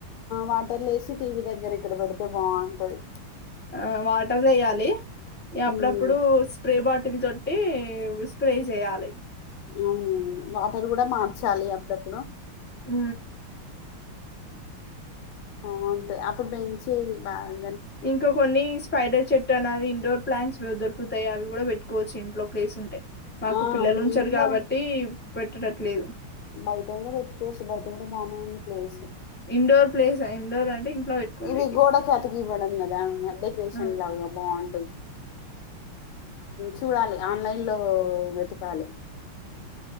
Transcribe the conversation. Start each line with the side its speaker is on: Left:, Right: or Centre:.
Left: మాటర్ లేసి టీ వీ దగ్గర ఇక్కడ పెడితే బావుంటది
Centre: ఆ వాటర్ ఏయాలి ఇగ
Left: ఉమ్
Centre: అప్పుడప్పుడు స్ప్రే బాట్ టిల్ తొట్టి వి స్ప్రే చేయాలి
Left: అం వాటర్ కూడా మార్చాలి అ డెప్పుడు
Centre: ఊ
Left: ఆ అంతే అప్పుడు పెంచిలి బాగ్
Centre: ఇంకా కొన్ని స్పైడర్ చెట్ అన్నాది ఇండోర్ ప్లాంట్స్ <inaudible> గుతాయి అవి కూడా పెట్టుకోవచ్చు ఇంట్లో ప్లేస్ ఉంటే మాకు
Left: ఆ
Centre: పిల్లలు ఉంచరు
Left: ఇంట్లో
Centre: కాబట్టి పెట్టేటట్లు లేదు
Left: బయట కూడా పెట్టేసు బయట కూడా బానే ఉంది ప్లేస్
Centre: ఇండోర్ ప్లేస్ ఇండోర్ అంటే ఇంట్లో పెట్టుకుండేటి
Left: ఇది గోడఖ్యాతకి ఇవ్వడ ద డెకరేషన్
Centre: ఆ
Left: లాగా బాగుంటాయి చూడాలి ఆన్లైన్ లో వెతకాలి